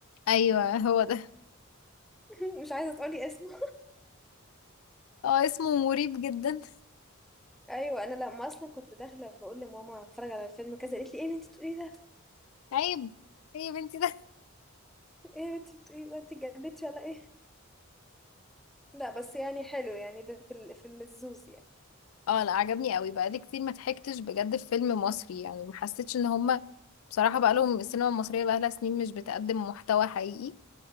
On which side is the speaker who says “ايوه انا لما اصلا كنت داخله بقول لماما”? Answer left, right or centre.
Centre